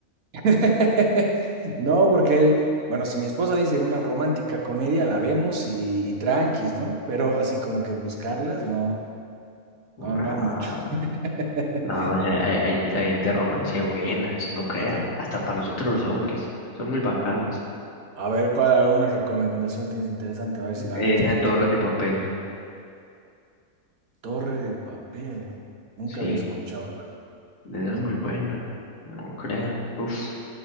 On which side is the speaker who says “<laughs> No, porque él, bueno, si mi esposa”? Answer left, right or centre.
Right